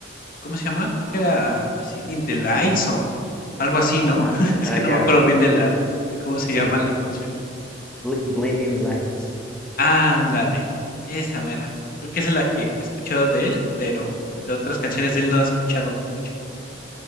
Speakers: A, on the left; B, in the centre.
A: ¿cómo se llama? Creo que era City in the Lights o algo así, ¿no?
B: Ah,
A: <laughs> Es
B: ah,
A: que no
B: ya,
A: me acuerdo bien de la, de cómo se
B: sí,
A: llama la canción.
B: Bl- Blinding Lights.
A: Ándale, esa mera. Creo que esa es la que he escuchado de él, pero de otras canciones de él no he escuchado muchas.